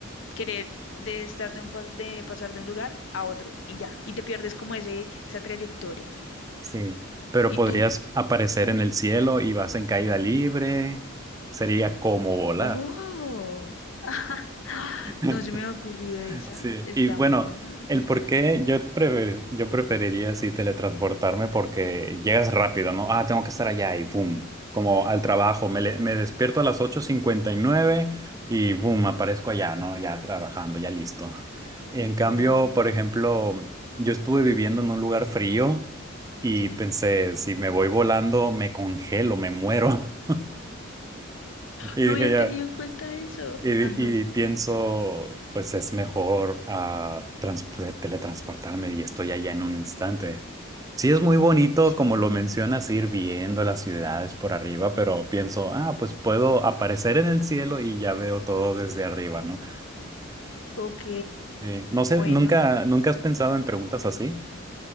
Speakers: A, on the left (about 70°); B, on the right (about 15°).
A: querer de estar de, un pas- de pasar de un lugar a otro y ya, y te pierdes como ese, esa trayectoria.
B: sí. Pero
A: ¿Y
B: podrías
A: tú?
B: aparecer en el cielo y vas en caída libre. Sería como volar.
A: Oh, <laughs>
B: <laughs>
A: no se me ha ocurrido esa,
B: Sí,
A: está
B: y bueno,
A: muy buena, ok.
B: el por qué yo, prever- yo preferiría así teletransportarme porque llegas rápido, ¿no? Ah, tengo que estar allá y boom, como al trabajo, me, le- me despierto a las ocho cincuenta y nueve y boom, aparezco allá, ¿no? Ya trabajando, ya listo. En cambio,
A: Oh,
B: por ejemplo, yo estuve viviendo en un lugar frío y
A: sí.
B: pensé, si me voy volando, me congelo, me muero. <laughs> Y
A: No
B: dije
A: había
B: ya,
A: tenido en cuenta eso.
B: y,
A: Ajá.
B: y pienso, pues es mejor ah, trans- eh, teletransportarme y estoy allá en un instante. Sí es muy bonito,
A: Sí.
B: como lo mencionas, ir viendo las ciudades por arriba, pero pienso, ah, pues puedo aparecer en el cielo y ya veo todo desde arriba, ¿no?
A: Ok,
B: Sí. No sé,
A: bueno,
B: ¿nunca, nunca has pensado en preguntas así?